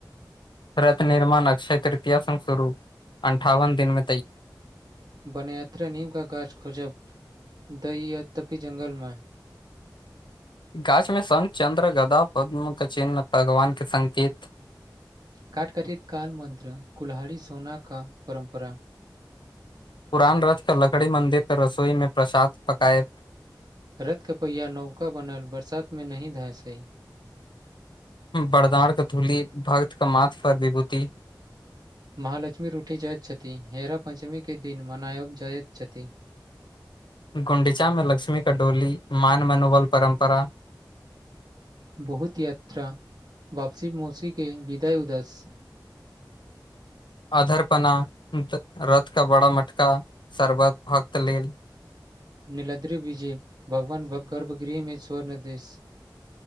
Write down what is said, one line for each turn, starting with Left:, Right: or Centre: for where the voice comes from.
Left: रथ निर्माण अक्षय तृतीय संघ शुरू अन्ठावन दिनमे
Right: बन यात्रा नीम का गाछ खोजब दहि यद्दपी जंगलमे
Left: गाछ मे संग चंन्द्र गदा पद्म के चिन्ह भगवान के संकेत
Right: काटकटित काल मन्त्र कुल्हहारी सोना का परम्परा
Left: पुरान रथ पर लकड़ी मंन्दिर पर रसोई मे प्रसाद पकाए
Right: रथ के पहिया नवका बनल बरसात मे नहि धांसई
Left: बरदड़क धूली भगत का माथ फर विभूति <unintelligible>
Right: महालक्ष्मी रूठी जाइत छथि हेरा पंचमी के दिन मनायब जाइत छथि
Left: गुंडीचामे लक्ष्मी का डोली मान मनोबल परम्परा
Right: बहुत यात्रा वापसी मौसी के विदाय उदास
Left: अधर पना रथ का बड़ा मटका शर्बत भक्त लेल
Right: निलद्री विजय भगवान गर्भगृह मे स्वर्ण देेश